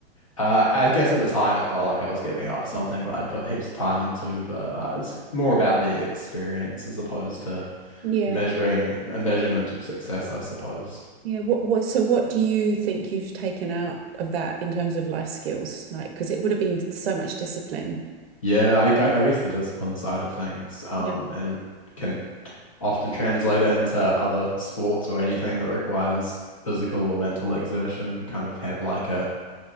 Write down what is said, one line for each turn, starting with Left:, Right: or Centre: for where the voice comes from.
Left: Uh, I guess at the time it felt like I was giving up something that I put heaps of time into, but uh, it's more about the experience as opposed to
Right: Yeah.
Left: measuring a measurement of success, I suppose.
Right: Yeah. What what so what do you think you've taken out of that in terms of life skills? Like, because it would have been so much discipline.
Left: Yeah, I, gu- I guess the discipline side of things, um,
Right: Yeah.
Left: and can often translate it into other sports or anything that requires physical or mental exertion, kind of have like a